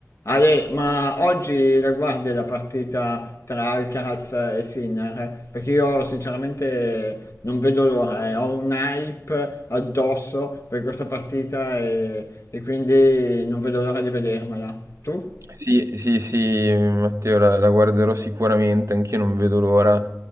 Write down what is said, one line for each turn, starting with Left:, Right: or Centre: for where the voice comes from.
Left: Ale, ma oggi la guardi la partita tra Alcaraz e Sinner? Perché io sinceramente non vedo l'ora, eh. Ho un hype addosso per questa partita e, e quindi non vedo l'ora di vedermela. Tu?
Right: Sì, sì, sì, Matteo, la, la guarderò sicuramente, anch'io non vedo l'ora,